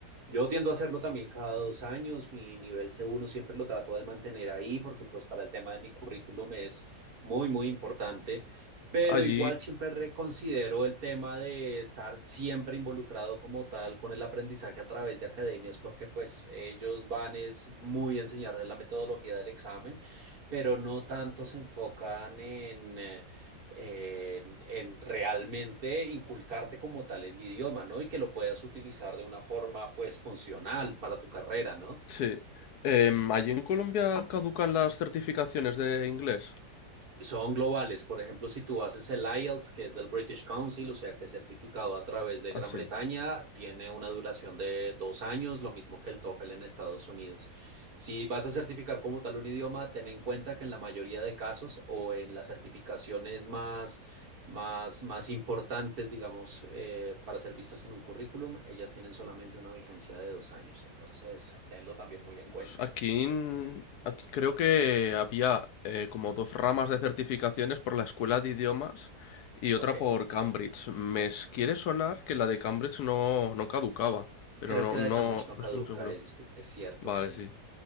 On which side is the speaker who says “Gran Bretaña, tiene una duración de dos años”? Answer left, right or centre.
Right